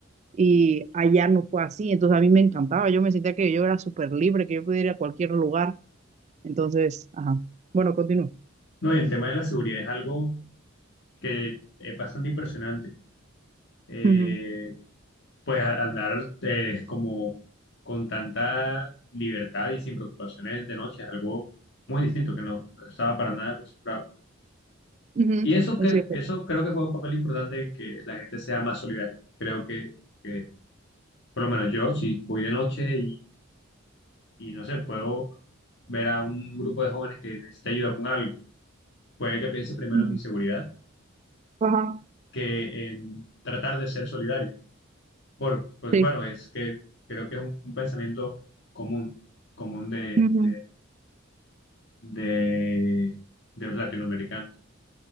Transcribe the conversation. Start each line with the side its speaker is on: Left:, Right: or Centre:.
Right: y allá no fue así, entonces a mí me encantaba, yo me sentía que yo era súper libre, que yo podía ir a cualquier lugar, entonces, ajá, bueno, continúo.
Left: No, y el tema de la seguridad es algo que es bastante impresionante. Eh,
Right: Ujú,
Left: pues a- andar eh, como con tanta libertad y sin preocupaciones de noche es algo muy distinto que no estaba para nada acostumbrado.
Right: ujú,
Left: Y eso,
Right: Es
Left: que,
Right: cierto.
Left: eso creo que juega un papel importante en que la gente sea más solidaria. Creo que, que por lo menos yo, si voy de noche y, y no sé, puedo ver a un grupo de jóvenes que necesita ayuda con algo, puede que piense primero
Right: Ujú,
Left: en mi seguridad
Right: Ajá,
Left: que en tratar de ser solidario Por, pues
Right: sí.
Left: bueno, es que creo que es un, un pensamiento común, común de,
Right: Ujú,
Left: de, de, de los latinoamericanos.